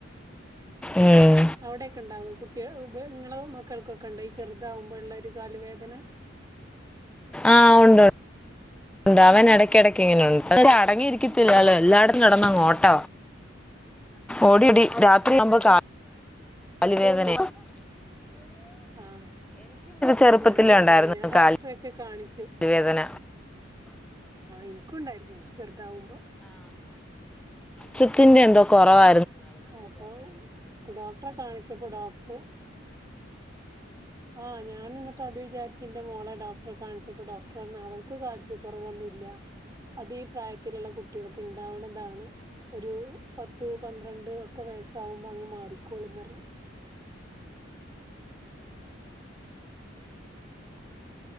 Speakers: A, in the centre; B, on the right.
A: ഉം.
B: അവടെ ഒക്കെ ഉണ്ടാവോ കുട്ടി ഇങ്ങളെ മക്കൾക്കൊക്കെ ഉണ്ടോ ഈ ചെറുതാവുമ്പോ ഉള്ള കലുവേദന
A: ആ ഉണ്ട് ഉണ്ടാവാൻ ഇടക്ക് ഇടക്ക് ഇങ്ങനെ ഉണ്ട്. ഇവിടേയും അടങ്ങി ഇരിക്കത്തില്ലല്ലോ. എല്ലായിടത്തും കിടന്നങ്ങ് ഓട്ട ഓടി ഓടി രാത്രിയാവുമ്പോ കാൽ കൽവേദന
B: ആ
A: ചെറുപ്പത്തിലേ
B: ഇവിടേം
A: ഉണ്ടായിരുന്നു
B: അത് തന്നെ ഞാൻ ഡോക്ടരെ
A: കാല്
B: ഒക്കെ കാണിച്ചു
A: വേദന
B: ഇന്കുണ്ടായിരുന്നു ചെറുതാവുമ്പോ
A: ചിന്റെ എന്തോ കുറവാ
B: ആ അപ്പൊ ഡോക്ട ട്റെ കാണിച്ചപ്പം ഡോക്ടറ് ആ ഞാൻ എന്നിട്ട് അതു വിചാരിച്ച് ഇന്റെ മോളെ ഡോക്ടറെ കാണിച്ചപ്പം ഡോക്ടറ് പറഞ്ഞു അവൾക്ക് കാൽസ്യക്കൊറവൊന്നു ഇല്ല അത് ഈ പ്രായത്തില്ള്ള കുട്ടികൾക്ക് ഉണ്ടാവുന്നതാണ് ഒരു പത്ത് പന്ത്രണ്ട് രണ്ട് ഒക്കെ വയസാകുമ്പോ അങ്ങ് മാറിക്കോളും എന്ന് പറഞ്